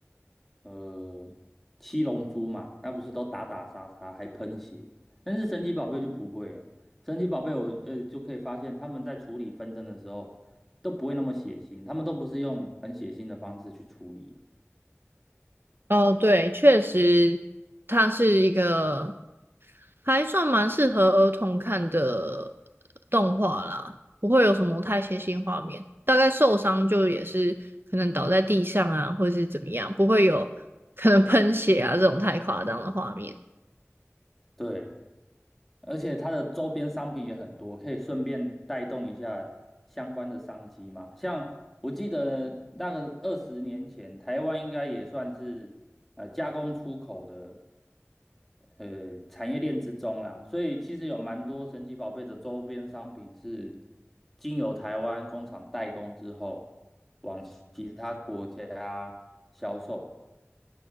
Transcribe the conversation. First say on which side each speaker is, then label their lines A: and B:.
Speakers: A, in the centre; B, on the right.
A: 呃，七龙珠嘛，那不是都打打杀杀还喷血，但是神奇宝贝就不会了。神奇宝贝我呃就可以发现他们在处理纷争的时候都不会那么血腥，他们都不是用很血腥的方式去处理啊。
B: 哦，对，确实，它是一个。还算蛮适合儿童看的动画啦，不会有什么太血腥画面。大概受伤就也是可能倒在地上啊，或者是怎么样，不会有可能喷血啊这种太夸张的画面。
A: 对，而且它的周边商品也很多，可以顺便带动一下相关的商机嘛。像我记得那个二十年前，台湾应该也算是呃加工出口的。呃产业链之中啦，所以其实有蛮多神奇宝贝的周边商品是经由台湾工厂代工之后，往其他国家销售。